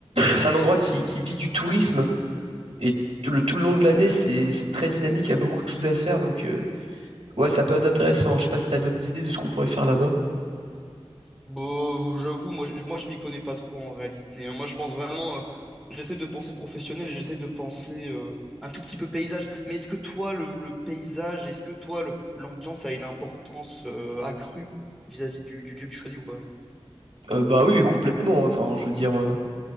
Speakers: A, on the right; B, in the centre.
A: c'est un endroit qui, qui vit du tourisme et tout le, tout le long de l'année, c'est c'est très dynamique, il y a beaucoup de choses à faire, donc euh, ouais, ça peut être intéressant. Je sais pas si t'as d'autres idées de ce qu'on pourrait faire là-bas.
B: Bon, j'avoue, moi, je- moi je m'y connais pas trop en réalité. hein. Moi je pense vraiment, euh, j'essaie de penser professionnel et j'essaie de penser euh, un tout petit peu paysage. Mais est-ce que toi, le, le paysage, est-ce que toi, le- l'ambiance a une importance euh, accrue vis-à-vis du, du lieu que tu choisis ou pas?
A: Euh, bah oui, oui, complètement. hein. Enfin, je veux dire, euh,